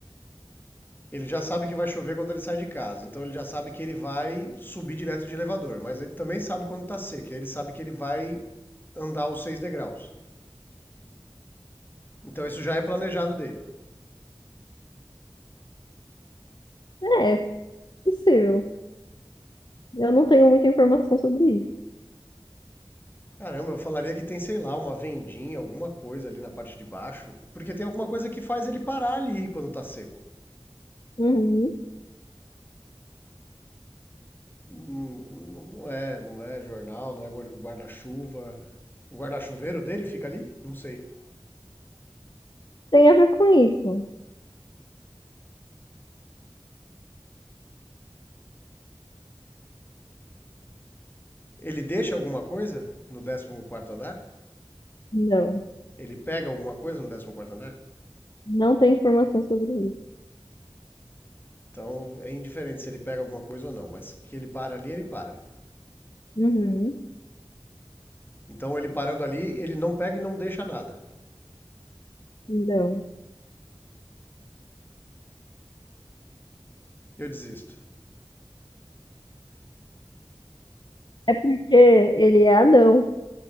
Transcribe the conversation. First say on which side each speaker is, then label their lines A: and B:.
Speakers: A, on the left; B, on the left.
A: Ele já sabe que vai chover quando ele sai de casa, então ele já sabe que ele vai subir direto de elevador, mas ele também sabe quando está seco, ele sabe que ele vai andar os seis degraus. Então isso já é planejado dele.
B: É, possível. Eu não tenho muita informação sobre isso.
A: Caramba, eu falaria que tem, sei lá, uma vendinha, alguma coisa ali na parte de baixo, porque tem alguma coisa que faz ele parar ali quando tá seco.
B: Uhum.
A: Não, não- é, não é jornal, não é guarda-chuva. O guarda-chuveiro dele fica ali? Não sei.
B: Tem a ver com isso?
A: Ele deixa alguma coisa no décimo quarto andar?
B: Não.
A: Ele pega alguma coisa no décimo quarto andar?
B: Não tem informação sobre isso.
A: Então é indiferente se ele pega alguma coisa ou não, mas que ele para ali, ele para.
B: Uhum.
A: Então ele parando ali, ele não pega e não deixa nada.
B: Não.
A: Eu desisto.
B: É porque ele é anão.